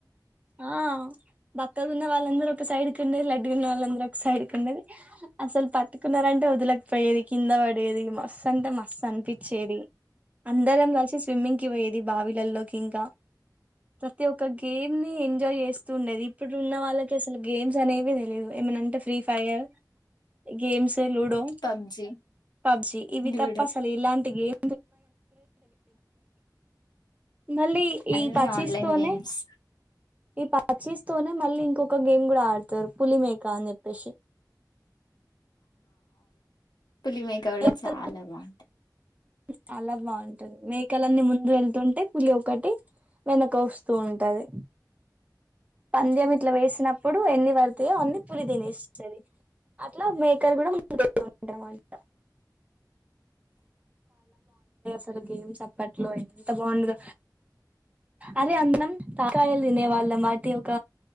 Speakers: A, on the right; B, on the left.
A: ఆ బక్క ఉన్న వాళ్ళందరుూ ఒక సైడ్కి ఉండే లడ్డుకున్న వాళు అందరు ఒక సైడ్కి ఉండది అసలు పట్టుకున్నారంటే వదలకపోయేది కింద పడేది మ సందమ అనిపించేది అందరం కలిసిి స్విమ్మింగ్ కి పోయేది ది బావీలలో కింకా ప్రతి ఒక్క గేమ్ ని ఎంజాయ్ చేస్త తుండేది ఇప్పుడు ఉన్న వాళ్ళకి అసలు గేమ్స్ అనేవి తెలిదు ఏమనంటే Free Fire games ludo
B: PUBG
A: PUBG ఇవి
B: లూడో
A: తప్ప అసలు ఇలాంటి గేమ్ మళ్ళీ
B: అన్ని
A: ఈ పచిస్తోనే
B: ఆన్లైన్ గేమ్స్
A: పచీస్ తతోనే మళ్ళీ ఇంకొక గేమ్ కూడా ఆడు తోర్ పులి మేకా అని చేప్పేసి
B: పులి మేక కూడా
A: మేకల
B: చాలా బాగుంటాంది
A: చాలా బాగుంటుంది మేకలన్నీ ముందు వెళ్తుంటే పులి ఒకటి వెనక వస్తూ ఉంటది పంద్యం ఇట్లా వేసినప్పుడు ఎన్ని పడుతాయో అన్ని పులి తినేసిద్ది అద్ది అట్లా మేకలు కూడా ముందు ఉంటారు అంట అసలు గేమ్స్ అప్పట్లో ఎంత బాగుండదుో అదే అందం తాకాయలు తినే వాళ్ళమాటి ఒక